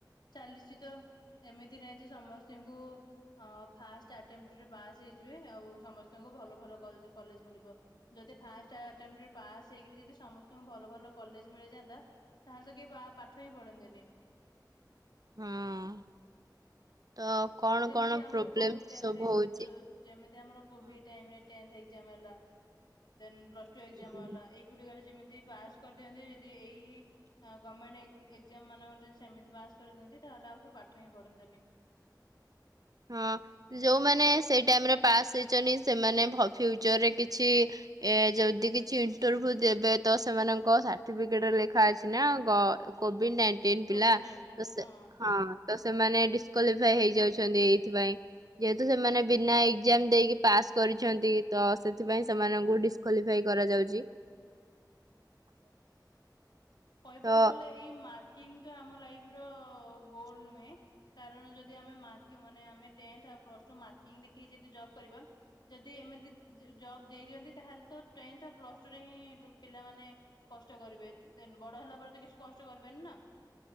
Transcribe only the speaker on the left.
ଚାଲିଛି ତ। ଏମିତିରେ ଆଜି ଯେ ସମସ୍ତଙ୍କୁ। ଫାଷ୍ଟ ଆଟେମଣ୍ଟ ରେ ପାସ୍ ହେଇଯିବେ ଆଉ ସମସ୍ତଙ୍କୁ ଭଲ ଭଲ କଲେଜ ମିଳିବ। ଯଦି ଫାଷ୍ଟ ଆଟେମଣ୍ଟ ପାସ ହେଇକି ଯଦି ସମସ୍ତଙ୍କୁ ଭଲ ଭଲ କଲେଜ ମିଳିଯାନ୍ତା। ତାହେଲେ ତ କିଏ ପାଠ ହିଁ ପଢନ୍ତେନି।
ଯେମିତି
ଆମର
କୋଭିଡ ଟାଇମରେ
ଯେମତି ଆମର କୋଭିଡ ଟାଇମ ରେ ଟେନ୍ଥ ଏକ୍ସାମ ହେଲା ଦେନ ପ୍ଲସ୍ ଟୁ
ଏକ୍ସାମ୍ ହେଲା। ଗୁଡିକରେ ଯେମିତି ପାସ କରିଦିଅନ୍ତି ଯଦି ଏଇ ଗମେଣ୍ଟ ଏକ୍ଜାମ ମାନଙ୍କର ଯଦି ସେମିତି ପାସ୍ କରିଥାନ୍ତି ତାହେଲେ ଆଉ କିଏ ପାଠ ହିଁ ପଢନ୍ତନି।
କୋଭିଡ
ନାଇଣ୍ଟିନ ହଁ
କହିବାକୁ
ଗଲେ ଏଇ ମାର୍କିଂ ତ ଆମ ଲାଇଫ ର ଗୋଲ ନୁହେ କାରଣ ଯଦି ଆମେ ମାର ମାନେ ଟେନ୍ଥ ଆମେ ଆଉ ପ୍ଲସ ଟୁ ଦେଖିକି ଯଦି ମାକିଂ ଦେଖି ଯଦି ଜବ୍ କରିବା। ଯଦି ଏମିତି ଜବ ଦେଇ ଦିଅନ୍ତି ତାହେଲେ ତ ଟେନ୍ଥ ପ୍ଲସ ଟୁରେ ହିଁ ପିଲାମାନେ କଷ୍ଟ କରିବେ ବଡ ହେଲା ପରେ ତ କିଛି କଷ୍ଟ କରିବନି ନା।